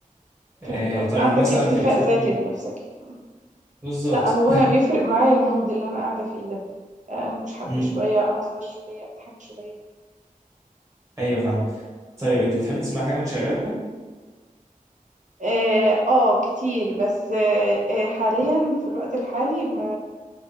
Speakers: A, on the right; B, on the right.
A: فهمت
B: آه
A: قصدك
B: طيب
A: عندك
B: مثلا
A: اكتفاء
B: انت بتحبي
A: ذاتي بنفسك يعني
B: بالظبط
A: لا هو انا بيفرق معايا المود اللي انا قاعدة فيه ده آه، انكش
B: <laughs>
A: حد
B: م-
A: شوية اهزر شوية اضحك شوية
B: ايوه فاهم طيب انت بتحبي تسمع حاجه وانت شغاله
A: اه, آه كتير بس آه آه، حاليا في الوقت الحالي ما-